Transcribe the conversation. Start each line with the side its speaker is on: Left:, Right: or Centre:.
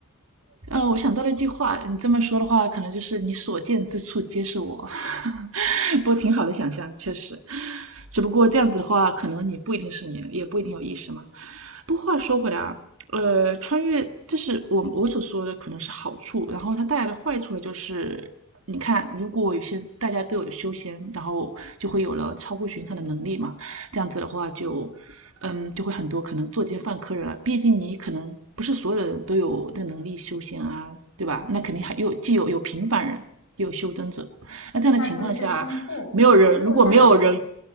Right: 呃，我想到了一句话，你这么说的话，可能就是你所见之处皆是我。<laughs> 不过挺好的想象，确实。只不过这样子的话，可能你不一定是你，也不一定有意识嘛。不过话说回来啊，呃，穿越这是我我所说的可能是好处，然后它带来的坏处呢，就是你看，如果有些大家都有了修仙，然后就会有了超乎寻常的能力嘛。这样子的话就，嗯，就会很多可能作奸犯科人了。啊毕竟你可能不是所有的人都有的能力修仙啊，对吧？那肯定还有既有有平凡人，也有修真者。那这样的情况下，
Left: 那就是天赋，
Right: 没有人如果没有人
Left: 天赋带来的不平